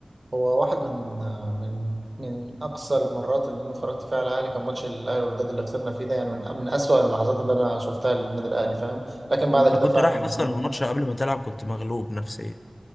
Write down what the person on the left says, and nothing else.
انت
كنت
رايح اصلا
الماتش قبل ما تلعب كنت مغلوب نفسيا